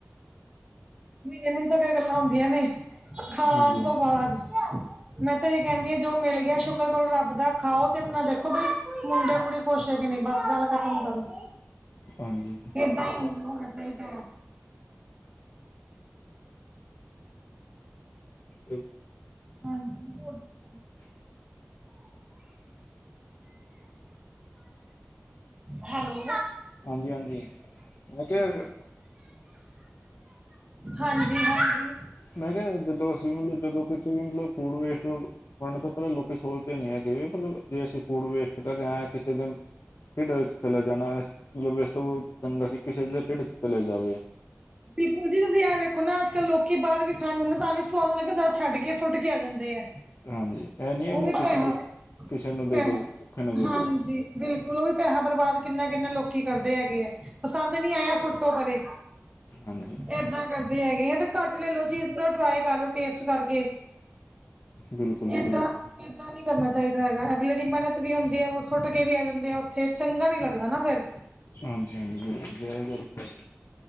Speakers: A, on the right (about 20°); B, on the left (about 70°).
A: ਮੀਨੇ ਮੀਤੋਂ ਗੱਲਾਂ ਹੁੰਦੀਆਂ ਨੇ, ਖਾਣ
B: ਹਾਂਜੀ
A: ਤੋਂ ਬਾਅਦ। ਮੈਂ ਤਾਂ ਏ ਕੈਂਦੀ ਆਂ, ਜੋ ਮਿਲ ਗਿਆ ਸ਼ੁਕਰ ਕਰੋ ਰੱਬ ਦਾ, ਖਾਓ ਤੇ ਆਪਣਾ ਦੇਖੋ ਮੁੰਡੇ ਕੁੜੀ ਖੁਸ਼ ਐ ਕੇ ਨਈਂ, ਬਸ ਗੱਲ ਖਤਮ ਕਰੋ।
B: ਹਾਂਜੀ।
A: ਏਦਾਂ ਹੀ ਹੋਣਾ ਚਾਈਦਾਯਾ।
B: ਤੇ
A: ਹਾਂਜੀ, ਹੋਰ ਦੋਸੋ।
B: <inaudible>
A: ਹੈਲੋ।
B: ਹਾਂਜੀ-ਹਾਂਜੀ <unintelligible>
A: ਹਾਂਜੀ-ਹਾਂਜੀ।
B: ਮੈਂ ਕੇਆ ਜਦੋਂ ਅਸੀਂ, ਜਦੋਂ ਕਿਤੇ ਵੀ ਮਤਲਬ ਫੂਡ ਵੇਸਟ ਬਣਨ ਤੋਂ ਪੈਲਾਂ ਲੋਕੀਂ ਸੋਚਦੇ ਨੀ ਹੈਗੇ, ਜੇ ਅਸੀਂ ਫੂਡ ਵੇਸਟ ਕਰ ਰਹੇ ਕਿਸੇ ਦੇਨ ਢਿੱਡ ਚੱਲੇ ਜਾਣਾ ਏ, ਇਸ ਤੋਂ ਚੰਗਾ ਸੀ ਕਿਸੇ ਦੇ ਢਿੱਡ ਚ ਚਲਿਆ ਜਾਵੇ।
A: ਪਪਲ ਜੀ ਤੁਸੀਂ ਐਂ ਵੇਖੋ ਨਾ, ਅੱਜ ਕੱਲ੍ਹ ਲੋਕੀ ਬਾਹਰ ਵੀ ਖਾਣ ਜਾਂਦੇ, ਤਾਂ ਵੀ ਸੁਵਾਦ ਛੱਡ ਕੇ ਸੁੱਟ ਕੇ ਆ ਜਾਂਦੇ ਆ।
B: ਹਾਂਜੀ, ਏਹ ਨੀਂ
A: ਉਹ
B: ਐ
A: ਵੀ
B: ਕਿਸੇ
A: ਪੈਸਾ
B: ਨੂੰ ਕਿਸੇ ਨੂੰ ਦੇਦੋ,
A: ਪੈਸਾ
B: ਔਖੇ ਨਾ ਬੋਲੋ।
A: ਹਾਂਜੀ ਬਿਲਕੁਲ ਓ ਵੀ ਪੈਹਾ ਬਰਬਾਦ ਕਿੰਨਾ-ਕਿੰਨਾ ਲੋਕੀਂ ਕਰਦੇ ਹੈਗੇ ਆ, ਪਸੰਦ ਨੀ ਆਯਾ ਸੁੱਟੋ ਪਰੇ।
B: ਹਾਂਜੀ।
A: ਏਦਾਂ ਕਰਦੇ ਹੈਗੇ ਆ ਤੇ ਘੱਟ ਲੈਲੋ ਚੀਜ, ਪੈਲਾਂ ਟਰਾਈ ਕਰ ਲੋ ਟੇਸਟ ਕਰਕੇ।
B: ਬਿਲਕੁਲ ਜੀ
A: ਏਦਾਂ-
B: ਬਿਲਕੁਲ
A: ਏਦਾਂ ਨੀ ਕਰਨਾ ਚਾਈਦਾ ਹੈਗਾ, ਅਗਲੇ ਦੀ ਮੇਨਤ ਵੀ ਹੁੰਦੀ ਆ ਓ ਸੁੱਟ ਕੇ ਵੀ ਆ ਜਾਂਦੇ ਆ ਓਥੇ, ਚੰਗਾ ਨੀ ਲੱਗਦਾ ਨਾ ਫੇਰ।
B: ਹਾਂਜੀ-ਹਾਂਜੀ, ਵਧੀਆ ਘਰ ਪੇ?